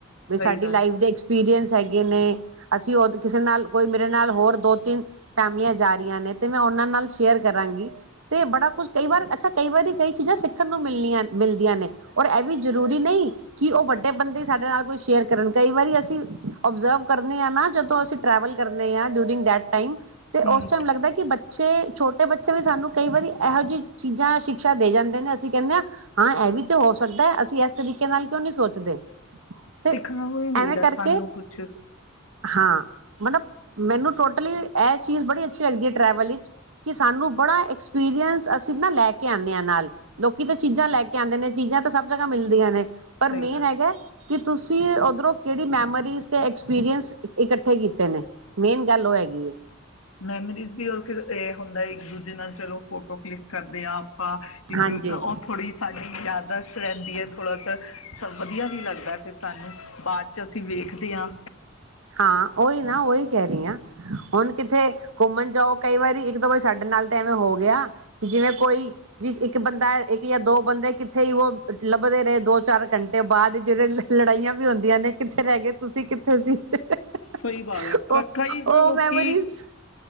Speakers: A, on the right; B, on the left.
A: ਵੀ
B: ਸਹੀ
A: ਸਾਡੀ
B: ਗੱਲ
A: ਲਾਈਫ ਦੇ ਐਕਸਪੀਰੀਅੰਸ ਚਗੇ ਨੇ ਅਸੀਂ ਉਹ ਕਿਸੇ ਨਾਲ ਕੋਈ ਨਾਲ ਹੋਰ ਦੋ ਤਿੰਨ ਫੈਮਲੀਆਂ ਜਾ ਰਹੀਆਂ ਨੇ ਤੇ ਮੈਂ ਉਹਨਾਂ ਨਾਲ ਸ਼ੇਅਰ ਕਰਾਂਗੀ ਤੇ ਬੜਾ ਕੁਛ ਕਈ ਵਾਰ ਅੱਛਾ ਕਈ ਵਾਰੀ ਕਈ ਚੀਜ਼ਾਂ ਸਿੱਖਣ ਨੂੰ ਮਿਲੀਆਂ ਮਿਲਦੀਆਂ ਨੇ ਔਰ ਇਹ ਵੀ ਜ਼ਰੂਰੀ ਨਹੀਂ ਕਿ ਉਹ ਵੱਡੇ ਬੰਦੇ ਸਾਡੇ ਨਾਲ ਕੋਈ ਸ਼ੇਅਰ ਕਰਨ ਕਈ ਵਾਰੀ ਅਸੀਂ ਓਬਜ਼ਰਵ ਕਰਨੇ ਹਾਂ ਨਾ ਜਦੋਂ ਸੋ ਅਸੀਂ ਟਰੈਵਲ ਕਰਨੇ ਹਾਂ ਡਿਊਰਿੰਗ ਦੈਟ ਟਾਈਮ ਤੇ
B: ਹੂੰ
A: ਉਸ ਟਾਈਮ ਲੱਗਦਾ ਕਿ ਬੱਚ ਛੇ ਛੋਟੇ ਬੱਚੇ ਵੀ ਸਾਨੂੰ ਕਈ ਵਾਰੀ ਇਹੋ ਜਿਹੀ ਚੀਜ਼ਾਂ ਸ਼ਿਕਸ਼ਾ ਦੇ ਜਾਂਦੇ ਨੇ ਅਸੀਂ ਕਹਿੰਦੇ ਹਾਂ ਹਾਂ ਇਹ ਵੀ ਤੇ ਹੋ ਸਕਦਾ ਹੈ ਅਸੀਂ ਇਸ ਤਰੀਕੇ ਨਾਲ ਕਿਉਂ ਨਹੀਂੀ ਸੋਚਦੇ ਤੇ
B: ਸਿੱਖਣਾ ਵੀ ਵੀ ਮਿਲਦਾ
A: ਐਵੇਂ ਕਰਕੇ
B: ਸਾਨੂੰ ਕੁਛ
A: ਹਾਂ ਮਤਲਬ ਮੈਨੂੰ ਟੋਟਲੀ ਇਹ ਚੀਜ਼ ਬੜੀ ਅੱਛੀ ਲੱਗਦੀ ਹੈ ਟਰੈਵਲ ਵਿੱਚ ਕਿ ਸਾਨੂੰ ਬੜਾ ਐਕਸਪੀਰੀਅੰਸ ਅਸੀਂ ਨਾ ਲੈ ਕੇ ਆਉਂਦੇ ਹਾਂ ਨਾਲ ਲੋਕੀ ਤਾਂ ਚੀਜ਼ਾਂ ਲੈ ਕੇ ਆਉਂਦੇ ਨੇ ਚੀਜ਼ਾਂ ਤਾਂ ਸਭ ਜਗ੍ਹਾ ਮਿਲਦੀਆਂ ਨੇ ਪਰ
B: ਸਹੀ
A: ਮੇਨ
B: ਗੱਲ
A: ਹੈਗਾ ਕਿ ਤੁਸੀਂ ਉੱਧਰੋਂ ਕਿਹੜੀ ਮੈਮੋਰੀ ਦੇ ਐਕਸਪੀਰਅੰਸ ਇਕੱਠੇ ਕੀਤੇ ਨੇ ਮੇਨ ਗੱਲ ਉਹ ਹੈਗੀ ਹੈ
B: ਮੈਮੋਰੀਜ਼ ਵੀ ਰ ਫਿਰ ਇਹ ਹੁੰਦਾ ਇੱਕ ਦੂਜੇ ਨਾਲ ਚਲੋ ਫੋਟੋ ਕਲਿੱਕ ਕਰਦੇ ਹਾਂ ਆਪਾਂ ਇੱਕ
A: ਹਾਂਜੀ
B: ਦੂ ਉਹ ਥੋੜੀ ਸਾਡੀ ਯਾਦਸ਼ ਰਹਿੰਦੀ ਹੈ ਥੋੜ੍ਹਾ ਵਧੀਆ ਵੀ ਲੱਗਦਾ ਫ ਸਾਨੂੰ ਬਾਅਦ ਚ ਅਸੀਂ ਵੇਖਦੇ ਹਾਂ
A: ਹਾਂ ਉਹੀ ਨਾ ਉਹੀ ਕਹਿ ਰਹੀ ਹਾਂ ਹੁਣ ਕਿੱਥੇ ਘੁੰਮਣ ਜਾਓ ਕਈ ਵਾਰੀ ਇੱਕ ਤਾਂ ਕੋਈ ਸਾਡੇ ਨਾਲ ਤਾਂ ਐਵੇਂ ਹੋ ਗਿਆ ਕਿ ਜਿਵੇਂ ਕੋਈ ਵੀ ਇੱਕ ਬੰਦਾ ਇੱਕ ਜਾਂ ਦੋ ਬੰਦੇ ਕਿੱਥੇ ਹੀ ਉਹ ਲੱਭਦੇ ਰਹੇ ਦੋ ਚਾਰ ਘੰਟੇ ਬਾਅਦ ਜਿਹੜੇ ਲੜਾਈਆਂ ਵੀ ਹੁੰਦੀਆਂ ਨੇ ਕਿੱਥੇ ਰਹਿ ਗਏ ਤੁਸੀਂ ਕਿੱਥੇ ਸੀ <unintelligible>
B: ਸਹੀ ਬਾਤ ਹੈ
A: ਉਹ
B: ਕਈ ਨਾ
A: ਉਹ
B: ਲੋਕੀ
A: ਮੈਮੋਰੀਜ਼